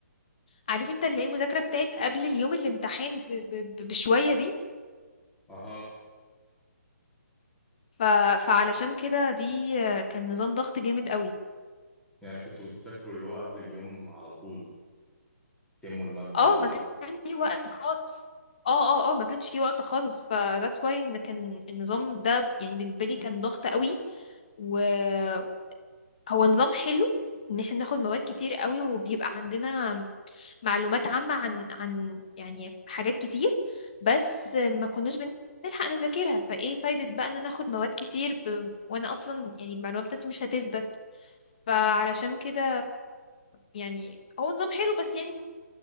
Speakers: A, on the left (about 30°); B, in the centre.
A: عارف انت اللي هي المذاكره بتاعت قبل اليوم الامتحان ب... ب... ب- بشويه دي
B: اها
A: ف... فعلشان كده دي آه، كان نظام ضغط جامد قوي
B: يعني كنتوا بتذاكروا اللي هو قبل اليوم على طول تموا المادة
A: اه
B: قبلها
A: ما كانش في وقت خالص اه اه اه ما كانش في وقت خالص ف that's why ان كان النظام ده يعني بالنسبه لي كان ضغط قوي وهو نظام حلو ان احنا ناخد مواد كتير قوي وبيبقى عندنا معلومات عامه عن عن يعني حاجات كتير بس ما كناش بنلحق نذاكرها فايه فايده بقى ان انا اخد مواد كتير ب... وانا اصلا يعني المعلومات بتاعتي مش هتثبت فعلشان كده يعني هو نظام حلو بس يعني